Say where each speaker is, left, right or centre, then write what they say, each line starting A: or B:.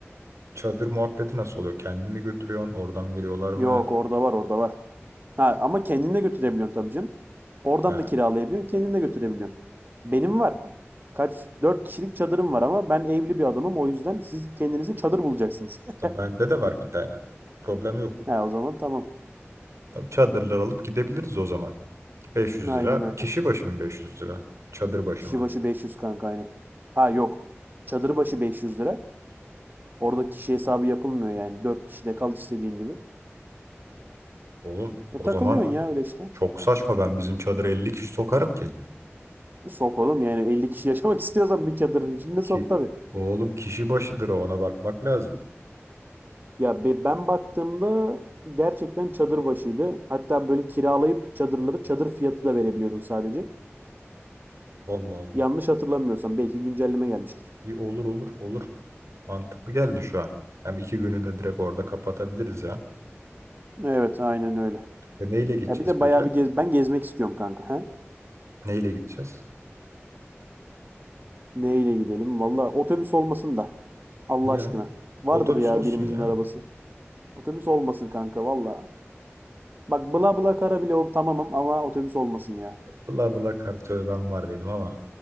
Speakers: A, on the right; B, on the right.
A: Çadır muhabbeti nasıl oluyor? Kendin mi götürüyorsun? Oradan veriyorlar mı?
B: Yok orada var orada var. Ha, ama kendin götürebiliyorsun tabii canım. Oradan
A: Ha,
B: da kiralayabiliyorsun, kendin götürebiliyorsun. Benim var. Kaç, dört kişilik çadırım var ama ben evli bir adamım. O yüzden siz kendinize çadır bulacaksınız. <laughs>
A: tabii bende de var bir tane. Problem yok.
B: Ha, o zaman tamam.
A: Tabii çadırlar alıp gidebiliriz o zaman. 500
B: Aynen
A: lira.
B: öyle.
A: Kişi başı mı 500 lira? Çadır başı
B: Kişi
A: mı?
B: başı 500 kanka aynen. Ha yok. Çadır başı 500 lira. Orada kişi hesabı yapılmıyor yani. dört kişide kal istediğin gibi.
A: Oğlum
B: E,
A: o
B: takılıyorsun
A: zaman
B: ya öyle işte.
A: çok saçma ben bizim çadıra 50 kişi sokarım ki.
B: Sok oğlum yani 50 kişi yaşamak <laughs> istiyorsan bir çadırın içinde
A: Ki
B: sok tabii.
A: oğlum kişi başıdır o, ona bakmak lazım.
B: Ya be- ben baktığımda gerçekten çadır başıydı. Hatta böyle kiralayıp çadırları çadır fiyatı da verebiliyordun sadece.
A: Allah Allah.
B: Yanlış hatırlamıyorsam belki güncelleme gelmiştir.
A: İyi olur olur olur. Mantıklı geldi şu an. Hem iki günü de direkt orada kapatabiliriz ya.
B: Evet, aynen öyle.
A: E neyle gideceğiz
B: Ya bir de
A: peki?
B: bayağı bir gez ben gezmek istiyorum kanka. He?
A: Neyle gideceğiz?
B: Neyle gidelim? Valla otobüs olmasın da. Allah
A: Niye
B: aşkına.
A: lan?
B: Vardır
A: Otobüs
B: ya
A: olsun
B: birimizin
A: ya.
B: arabası. Otobüs olmasın kanka valla. Bak bla bla kara bile o tamamım ama otobüs olmasın ya.
A: Bla bla kar tövbem var benim ama.